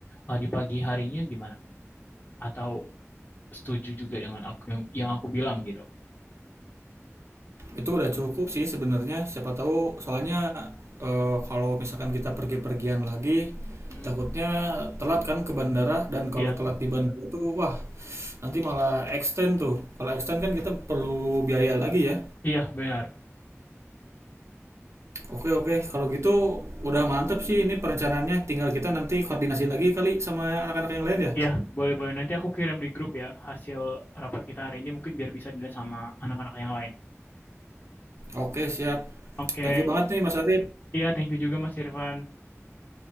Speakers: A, on the left; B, on the right.
A: eh, di pagi harinya gimana? Atau setuju juga dengan aku yang yang aku bilang gitu?
B: Itu udah cukup sih sebenarnya. Siapa tahu soalnya eh, kalau misalkan kita pergi-pergian lagi
A: Hmm,
B: takutnya telat kan ke bandara dan kalau
A: iya,
B: telat di bandara tuh wah nanti malah extend tuh. Kalau extend kan kita perlu biaya lagi ya.
A: iya benar.
B: Oke oke, kalau gitu udah mantep sih ini perencanaannya. Tinggal kita nanti koordinasi lagi kali sama anak-anak yang lain ya.
A: Iya, boleh-boleh. Nanti aku kirim di grup ya hasil rapat kita hari ini mungkin biar bisa dilihat sama anak-anak yang lain.
B: Oke, siap.
A: Oke,
B: Thank you banget nih Mas Arif.
A: iya thank you juga Mas Irfan.